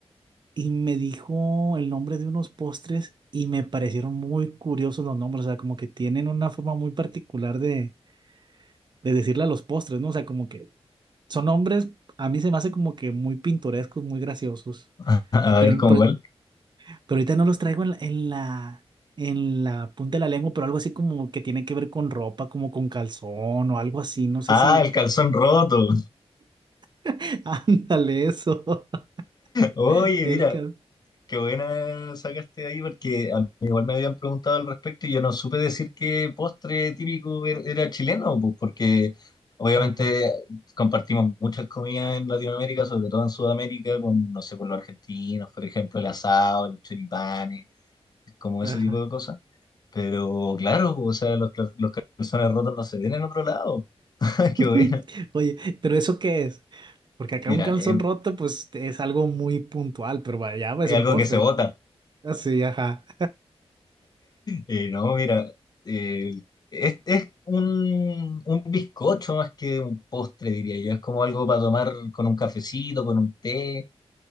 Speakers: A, on the right (about 45°); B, on the left (about 40°).
A: y me dijo el nombre de unos postres y me parecieron muy curiosos los nombres, o sea, como que tienen una forma muy particular de, de decirle a los postres, ¿no? O sea, como que son nombres, a mí se me hace como que muy pintorescos, muy graciosos,
B: <laughs> a
A: pero,
B: ver cómo
A: pero,
B: cuál.
A: pero ahorita no los traigo en la, en la, en la punta de la lengua, pero algo así como que tiene que ver con ropa, como con calzón o algo así, no sé
B: Ah,
A: si,
B: el calzón roto.
A: <laughs> ándale eso,
B: Oye,
A: <laughs> el
B: mira,
A: cal...
B: qué buena sacaste ahí porque a mí igual me habían preguntado al respecto y yo no supe decir qué postre típico er- era chileno, pues, porque obviamente
A: Ajá,
B: compartimos muchas comidas en Latinoamérica, sobre todo en Sudamérica, con, no sé, con los argentinos, por ejemplo, el asado, los choripanes, como
A: ajá.
B: ese tipo de cosas. Pero claro, o sea, los, cla- los calzones rotos no se ven en otro lado. <laughs> Qué
A: <laughs>
B: bueno.
A: Oye, ¿pero eso qué es? Porque acá
B: Mira,
A: un calzón
B: es,
A: roto, pues es algo muy puntual, pero allá
B: es
A: es un
B: algo
A: postre.
B: que se vota.
A: Así, ajá.
B: Eh, no, mira, eh, es, es un, un bizcocho más que un postre, diría yo. Es como algo para tomar con un cafecito, con un té,